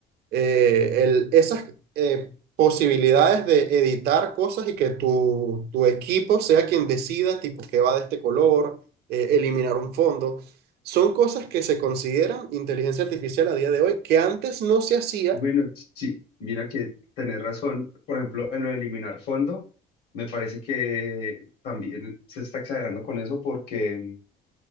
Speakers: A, on the right (about 70°); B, on the left (about 70°).
A: eh, el, esas eh, posibilidades de editar cosas y que tu, tu equipo sea quien decida, tipo, que va de este color, eh, eliminar un fondo, son cosas que se consideran inteligencia artificial a día de hoy, que antes no se hacía
B: Bueno, sí, mira que tenés razón. Por ejemplo, en lo de eliminar fondo, me parece que también se está exagerando con eso porque,